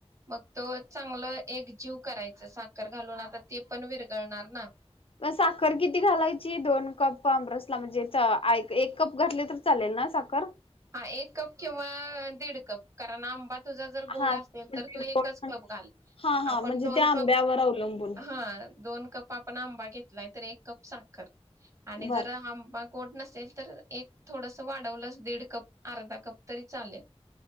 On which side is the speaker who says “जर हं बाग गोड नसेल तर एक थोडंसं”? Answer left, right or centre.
Right